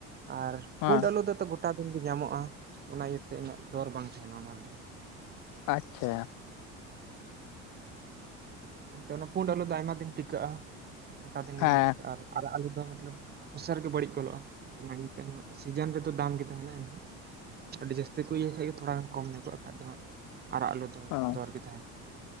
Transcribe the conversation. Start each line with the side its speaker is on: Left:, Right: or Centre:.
Right: ᱟᱨ
Left: ᱦᱮᱸ
Right: ᱯᱩᱸᱰ ᱟᱹᱞᱩ ᱫᱚᱛᱚ ᱜᱚᱴᱟ ᱫᱤᱱ ᱜᱮ ᱧᱟᱢᱚᱜᱼᱟ ᱚᱱᱟ ᱤᱭᱟᱹᱛᱮ ᱩᱱᱟᱹᱜ ᱫᱚᱨ ᱵᱟᱝ ᱛᱟᱦᱮᱱᱟ ᱚᱱᱟ ᱫᱚ ᱾
Left: ᱟᱪᱪᱷᱟ ᱾
Right: ᱮᱱᱛᱮ ᱚᱱᱟ ᱯᱩᱸᱰ ᱟᱹᱞᱚ ᱫᱚ ᱟᱭᱢᱟ ᱫᱤᱱ ᱴᱤᱠᱟᱹᱜᱼᱟ ᱜᱚᱴᱟ ᱫᱤᱱ
Left: ᱦᱮᱸ
Right: ᱧᱟᱢᱚᱜ ᱛᱮ ᱟᱨ ᱟᱨᱟᱜ ᱟᱹᱞᱩ ᱫᱚ ᱢᱚᱛᱞᱚᱵ ᱩᱥᱟᱹᱨᱜᱮ ᱵᱟᱹᱲᱤᱡ ᱜᱚᱞᱚᱜᱼᱟ ᱚᱱᱟ ᱤᱭᱟᱹᱛᱮ ᱮᱱᱦᱚ ᱥᱤᱡᱤᱱ ᱨᱮᱫᱚ ᱫᱟᱢ ᱜᱮ ᱛᱟᱦᱮᱱᱟ ᱮᱱᱦᱚᱸ᱾ ᱟᱹᱰᱤ ᱡᱟᱹᱥᱛᱤ ᱠᱚ ᱤᱭᱟᱹᱭ ᱠᱷᱟᱡ ᱜᱮ ᱛᱷᱚᱲᱟ ᱜᱟᱱ ᱠᱚᱢ ᱧᱚᱜᱚᱜᱼᱟ ᱟᱨ ᱠᱷᱟᱡ ᱫᱚ ᱦᱟᱜ ᱟᱨᱟᱜ ᱟᱹᱞᱚ ᱫᱚ
Left: ᱦᱮᱸ
Right: ᱫᱚᱨ ᱜᱮ ᱛᱟᱦᱮᱱᱟ ᱾